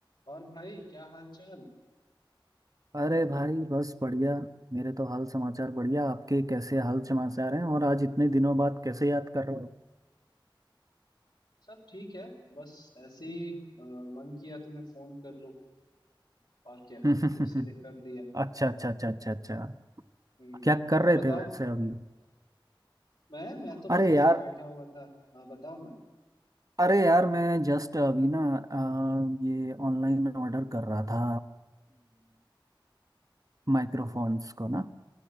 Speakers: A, on the left; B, on the right.
A: और भाई क्या हाल चाल
B: अरे भाई बस बढ़िया मेरे तो हाल समाचार बढ़िया आपके कैसे हाल समाचार हैं और आज इतने दिनों बाद कैसे याद कर रहे हो
A: सब ठीक है बस ऐसे ही अ, मन किया तो मैं फोन कर लूं और क्या
B: <laughs>
A: तो
B: अच्छा
A: इसीलिए कर लिया
B: अच्छा अच्छा अच्छा अच्छा
A: हम्म
B: क्या कर
A: और
B: रहे
A: बताओ
B: थे वैसे अभी
A: मैं मैं तो बस
B: अरे
A: ऐसे
B: यार
A: ही बैठा हुआ था हाँ बताओ ना
B: अरे यार मैं जस्ट अभी ना अ, ये ऑनलाइन ऑर्डर कर रहा था माइक्रोफोन्स को ना